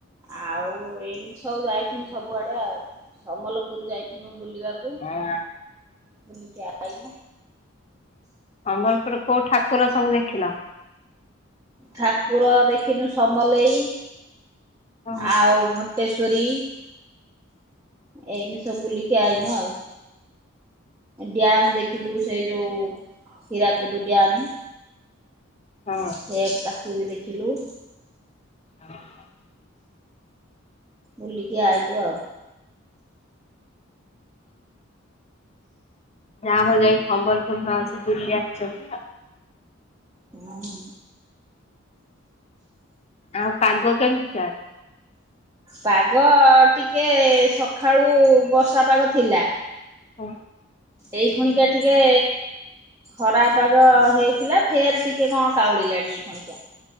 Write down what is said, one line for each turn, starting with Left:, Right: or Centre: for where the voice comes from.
Right: ଆଉ ଏମିତି ସବୁ ଯାଇଥିନୁ ସବୁଆଡ଼େ ଆଉ ସମଲପୁର ଯାଇଥିନୁ ବୁଲିବାକୁ।
Left: ଅଁ <unintelligible>
Right: ବୁଲିକି ଆ ଆଇନୁ।
Left: ସମ୍ବଲପୁରରେ କୋଉ ଠାକୁର ସବୁ ଦେଖିଲ?
Right: ଠାକୁର ଦେଖିନୁ ସମଲେଇ।
Left: ଓହୋ
Right: ଆଉ
Left: ହଁ
Right: ଘଣ୍ଟେଶ୍ଵରୀ। ଏମିତି ସବୁ ବୁଲିକି ଆଇନୁ ଆଉ। ଡ୍ୟାମ୍ ଦେଖିଲୁ ସେ ଯୋଉ ହୀରାକୁଦୁ ଡ୍ୟାମ।
Left: ହଁ।
Right: ସେଇଆକୁ ତାକୁବି ଦେଖିଲୁ।
Left: ହଁ <inaudible>
Right: ବୁଲିକି ଆଇଲୁ ଆଉ।
Left: ଯାହା ହଉ ଯାଇକି ସମ୍ବଲପୁରୁ ମାଉସି ବୁଲିଆସିଛନ୍ତି।
Right: ହୁଁ।
Left: ଆଉ ପାଗ କେମିତିକା?
Right: ପାଗ ଟିକେ ସଖାଳୁ ବର୍ଷା ପାଗ ଥିଲା।
Left: ହୁଁ।
Right: ଏଇ କ୍ଷଣିକା ଟିକେ ଖରାପାଗ ହେଇଥିଲା ଫେର ଟିକେ କଣ କାଉଁଳି ଲାଣି ଏଇ କ୍ଷଣିକା।